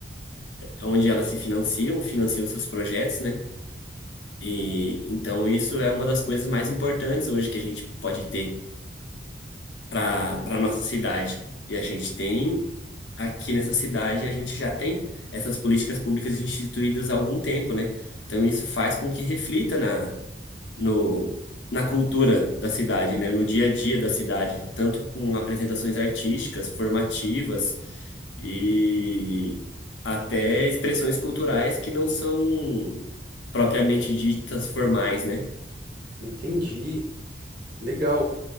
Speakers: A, on the left (about 80°); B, on the right (about 50°).
A: onde elas se financiam, financiam seus projetos, né? E então isso é uma das coisas mais importantes hoje que a gente pode ter para
B: Entendi.
A: para nossa cidade. E a gente tem aqui nessa cidade, a gente já tem essas políticas públicas instituídas há algum tempo, né? Então isso faz com que reflita na no, na cultura da cidade, né? No dia a dia da cidade, tanto com apresentações artísticas, formativas e até expressões culturais que não são propriamente ditas formais, né?
B: Entendi. Legal.